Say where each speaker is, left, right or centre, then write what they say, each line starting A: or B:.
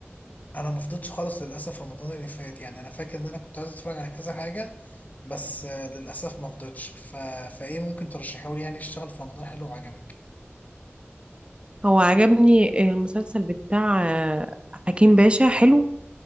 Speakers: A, on the left; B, on the right.
A: انا ما فضيتش خالص للاسف رمضان اللي فات يعني انا فاكر ان انا كنت عايز اتفرج على كذا حاجه بس آه للاسف ما فضيتش ف... فايه ممكن ترشحه لي يعني اشتغل في رمضان حلو وعجبك
B: هو عجبني المسلسل بتاع آه، حكيم باشا حلو